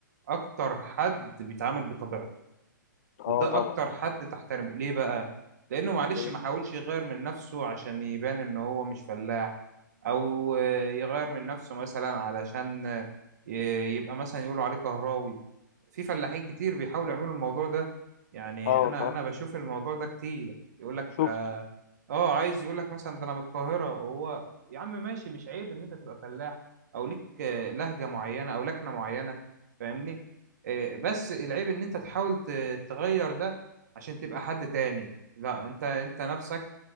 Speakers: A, on the right; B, on the left.
A: أكتر حد بيتعامل بطبيعته
B: اه
A: وده
B: طبعا
A: اكتر حد تحترمه ليه بقى لانه معلش
B: ايه
A: ما حاولش يغير من نفسه عشان يبان ان هو مش فلاح او آه، يغير من نفسه مثلا علشان آه، ي- يبقى مثلا يقولوا عليه كهراوي في فلاحين كتير بيحاولوا يعملوا الموضوع ده يعني
B: اه
A: انا
B: صح
A: انا بشوف الموضوع ده كتير يقول لك
B: شفته
A: ده اه عايز يقول لك مثلا ده انا من القاهرة هو يا عم ماشي مش عيب ان انت تبقى فلاح او ليك آه، لهجة معينة او لكنة معينة فاهمني آه، بس العيب ان انت تحاول التغير ده عشان تبقى حد تاني لا انت انت نفسك